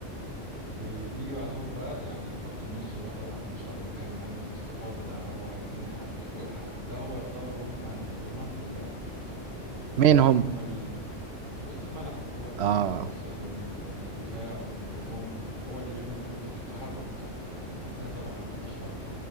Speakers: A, on the right; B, on the right.
A: إيه، بيجي بعدهم بقى يعني خط النص وده طبعا مش هقدر اتكلم عليه في استفاضة ده هو عايزين حق فوق الحق ده هو يعتبر هم ال- رمانة اللعب يعني
B: مين هم
A: هم وسط الملعب هو اللي
B: اه
A: بيوصل بين الدفاع وبين الهجوم هو اللي بيعمل نقطة التحرك بتاعتك عندنا طبعا أشهر